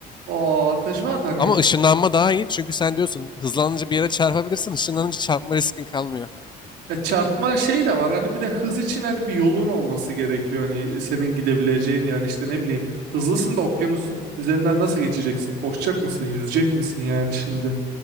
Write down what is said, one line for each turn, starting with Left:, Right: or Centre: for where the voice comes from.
Right: o avantajı var da hani
Left: Ama ışınlanma daha iyi çünkü sen diyorsun hızlanınca bir yere çarpabilirsin. Işınlanınca çarpma riskin kalmıyor.
Right: Ya çarpma şey de var hani bir de hız için hani bir yolun olması gerekiyor hani senin gidebileceğin yani işte ne bileyim hızlısın da okyanus üzerinden nasıl geçeceksin koşacak mısın yüzecek misin yani şimdi